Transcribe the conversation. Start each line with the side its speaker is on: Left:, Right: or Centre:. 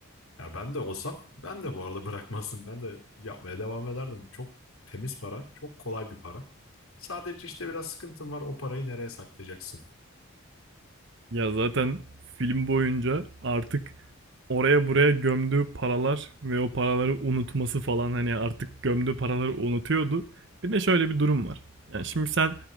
Left: Ya ben de olsam ben de bu arada <laughs> bırakmazdım. Ben de yapmaya devam ederdim. Çok temiz para, çok kolay bir para. Sadece işte biraz sıkıntım var. O parayı nereye saklayacaksın?
Right: Ya zaten film boyunca artık oraya buraya gömdüğü paralar ve o paraları unutması falan hani artık gömdüğü paraları unutuyordu. Bir de şöyle bir durum var. Yani şimdi sen